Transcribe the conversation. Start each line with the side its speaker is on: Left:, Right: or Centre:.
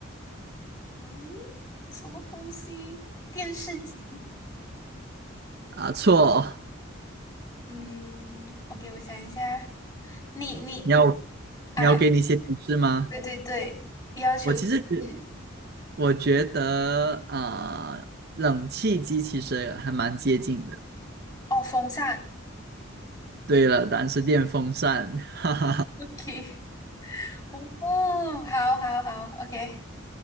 Left: 嗯，什么东西？电视机。
Right: 啊，错，
Left: 嗯，OK，我想一下，你你
Right: 你要
Left: 啊，
Right: 你要给你一些提示吗？
Left: 对对对，要求提示
Right: 我其实觉我觉得啊，呃冷气机其实还蛮接近的。
Left: 哦，风扇
Right: 对了，答案是电风扇。<laughs>
Left: ，OK，<laughs> 哦，好好好，OK，